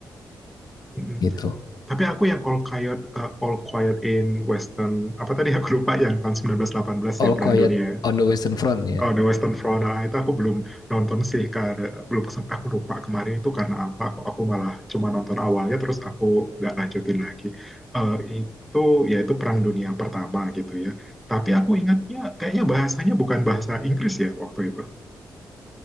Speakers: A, in the centre; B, on the left.
A: Mhm.
B: gitu.
A: Tapi aku yang All Quiet, eh, All Quiet in Western, apa tadi aku lupa yang tahun seribu sembilan ratus delapan belas
B: All
A: ya,
B: Quiet
A: Perang Dunia.
B: on the Western Front ya.
A: Oh, The Western Front, ah, itu aku belum nonton sih, karena belum sempat, aku lupa kemarin itu karena apa, aku, aku malah cuma nonton awalnya, terus aku nggak lanjutin lagi. Eh, itu, ya itu Perang Dunia Pertama gitu ya. Tapi aku ingatnya, kayaknya bahasanya bukan bahasa Inggris ya waktu itu.